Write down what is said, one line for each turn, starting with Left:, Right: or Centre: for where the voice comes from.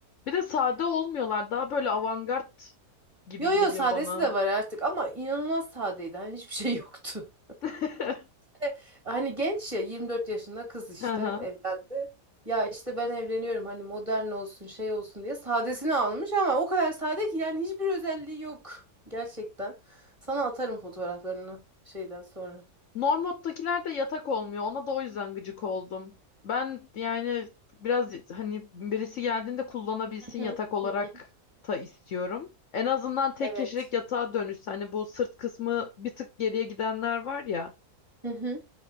Left: Bir de sade olmuyorlar daha böyle avantgard gibi
Right: Yo
Left: geliyor
Right: yo sadesi
Left: bana.
Right: de var artık ama inanılmaz sadeydi hani hiçbir <laughs> şey yoktu.
Left: <laughs>
Right: E, Hani genç ya 24 yaşında kız işte
Left: Hı hı.
Right: evlendi. Ya işte ben evleniyorum hani modern olsun şey olsun diye sadesini almış ama o kadar sade ki yani hiçbir özelliği yok gerçekten. Sana atarım fotoğraflarını şeyden sonra.
Left: Normod'dakiler de yatak olmuyor. Ona da o yüzden gıcık oldum. Ben yani biraz hani birisi geldiğinde kullanabilsin
Right: Hı hı.
Left: yatak olarak
Right: Hı hı.
Left: da istiyorum. En azından tek
Right: Evet.
Left: kişilik yatağa dönüşse hani bu sırt kısmı bir tık geriye gidenler var ya.
Right: Hı hı.